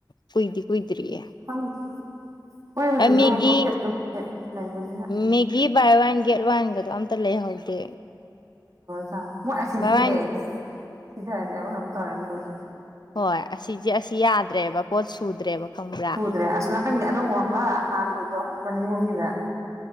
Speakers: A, on the left (about 70°); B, on the right (about 45°).
A: ꯀꯏꯗꯤ ꯈꯨꯨꯏꯗꯔꯤꯌꯦ
B: ꯈꯪꯗꯦ ꯃꯣꯏ ꯍꯧꯖꯤꯛꯇꯣ
A: ꯃꯦꯒꯤ
B: ꯂꯣꯀꯦꯠ ꯂꯣꯀꯦꯠ ꯂꯩꯕꯅꯤꯅ
A: ꯃꯦꯒꯤ ꯕꯥꯏ ꯋꯥꯟ ꯒꯦꯠ ꯋꯥꯟꯒ ꯑꯗꯣ ꯑꯝꯇ ꯂꯩꯍꯧꯗꯦ
B: ꯆ ꯃꯣꯏꯁꯤꯖꯦꯁ
A: ꯕꯥꯏ ꯋꯥꯟ
B: ꯁꯤꯗꯦꯕ ꯇꯧꯔꯦ ꯃꯣꯏꯁꯨ
A: ꯍꯣꯏ ꯑꯁꯤꯁꯦ ꯑꯁꯤ ꯌꯥꯗ꯭ꯔꯦꯕ ꯄꯣꯠ ꯁꯨꯗ꯭ꯔꯦꯕ ꯈꯪꯕ꯭ꯔꯥ
B: ꯁꯨꯗ꯭ꯔꯦ ꯑꯁ ꯅꯥꯀꯟꯒꯤ ꯑꯅꯧꯕ ꯑꯃ ꯍꯥꯟꯕꯗꯣ ꯃꯅꯤꯡꯂꯣꯝꯒꯤꯗ